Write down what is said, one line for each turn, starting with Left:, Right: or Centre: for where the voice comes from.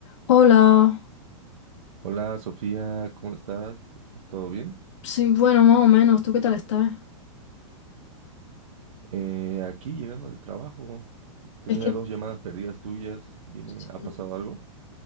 Left: Hola,
Right: Hola Sofía, ¿cómo estás? ¿Estás todo bien?
Left: sí, bueno, más o menos, ¿tú qué tal estás?
Right: Eh, aquí llegando del trabajo, tenía
Left: Es que,
Right: dos llamadas perdidas tuyas. Dime,
Left: sí,
Right: ¿ha pasado algo?